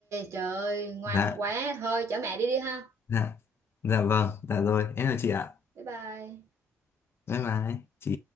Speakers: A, on the right (about 75°); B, on the left (about 50°).
A: trời ơi ngoan
B: Dạ
A: quá thôi chở mẹ đi đi ha
B: dạ dạ vâng dạ rồi em là chị ạ
A: bye bye
B: bye bye chị